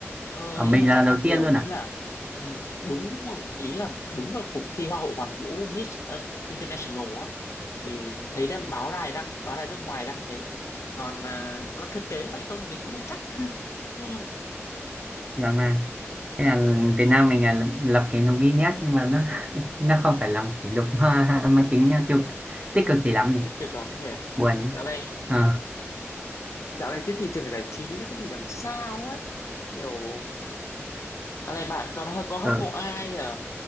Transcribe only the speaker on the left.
Ờ,
nhưng mà
chắc
là
kiểu
như là ừm, đúng là- ý là đúng là cuộc thi Hoa hậu Hoàn vũ Miss ờ, International á thì thấy đang báo đài đăng báo đài nước ngoài đăng thế còn ờ, có thực tế vậy không thì mình cũng không chắc <laughs>
tích cực lắm nhỉ
dạo này
dạo này cái thị trường giải trí nó cứ bị làm sao ấy kiểu dạo này bạn còn hơi có hâm
mộ ai ở